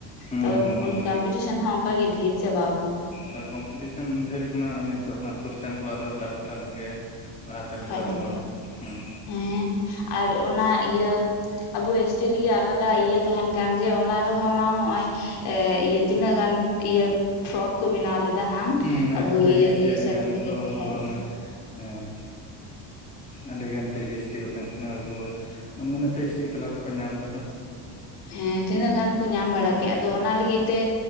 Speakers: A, on the left; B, on the left.
A: ᱦᱩᱸ
B: ᱛᱚ
A: ᱦᱩᱸ
B: ᱟᱱ ᱠᱚᱢᱯᱤᱴᱤᱥᱚᱱ ᱦᱚᱸ ᱚᱱᱠᱟᱜ ᱜᱮ ᱰᱷᱤᱨ ᱪᱟᱵᱟᱣ ᱠᱟᱱᱟ᱾
A: ᱦᱳᱭ ᱠᱚᱢᱯᱤᱴᱤᱥ ᱚᱱ ᱫᱷᱮᱨ ᱠᱟᱱᱟ ᱟᱨ ᱱᱤᱛᱚᱜ ᱦᱟᱸᱜ ᱠᱚᱥᱪᱟᱱ ᱠᱚ ᱟᱫᱚ ᱴᱟᱯ ᱴᱟᱯ ᱜᱮ᱾ ᱞᱟᱦᱟᱛᱮ ᱞᱮᱠᱟ
B: ᱠᱷᱟᱡ ᱫᱚ
A: ᱵᱟᱝ
B: ᱠᱷᱟᱡ ᱫᱚ
A: ᱦᱩᱸ
B: ᱦᱮᱸ ᱟᱨ ᱚᱱᱟ ᱤᱭᱟᱹ ᱟᱵᱚ ᱮᱥ ᱴᱤ ᱞᱟᱹᱜᱤᱫ ᱟᱞᱟᱫᱟ ᱤᱭᱟᱹ ᱛᱟᱦᱮᱱ ᱠᱟᱱ ᱡᱮ ᱚᱱᱟ ᱨᱮᱦᱚᱸ ᱢᱟ ᱱᱚᱜᱚᱭ ᱮᱸ ᱤᱭᱟᱹ ᱛᱤᱱᱟᱹᱜ ᱜᱟᱱ ᱤᱭᱟᱹ ᱯᱷᱨᱚᱰ ᱠᱚ ᱵᱮᱱᱟᱣ ᱞᱮᱫᱟ ᱦᱟᱝ
A: ᱦᱩᱸ ᱦᱮᱸ
B: ᱟᱵᱚ
A: ᱛᱚ ᱯᱮ
B: ᱤᱭᱟᱹ
A: ᱜᱮᱥᱴᱤ
B: ᱤᱭᱟᱹ
A: ᱟᱹᱰᱤ
B: ᱥᱟᱨᱴᱤᱯᱷᱤᱠᱮᱴ
A: ᱜᱟᱱ ᱠᱚ
B: ᱠᱷᱟᱡ
A: ᱵᱚᱞᱚ
B: ᱫᱚ᱾
A: ᱞᱮᱱᱟ ᱦᱮᱸ᱾ ᱟᱹᱰᱤ ᱜᱟᱱ ᱛᱮ ᱯᱷᱮᱠ ᱮᱥ ᱴᱤ ᱠᱚ ᱛᱟᱦᱮᱸᱜ ᱠᱟᱱᱟ ᱟᱫᱚ, ᱢᱟᱱᱮ ᱯᱷᱮᱠ ᱮᱥ ᱴᱤ ᱛᱟᱞᱟ ᱛᱮᱠᱚ ᱧᱟᱢ ᱠᱟᱫᱟ᱾
B: ᱦᱮᱸ ᱛᱤᱱᱟᱹᱜ ᱜᱟᱱ ᱠᱚ ᱧᱟᱢ ᱵᱟᱲᱟ
A: ᱦᱩᱸ
B: ᱠᱮᱜ ᱟᱫᱚ ᱚᱱᱟ ᱞᱟᱹᱜᱤᱫ ᱛᱮ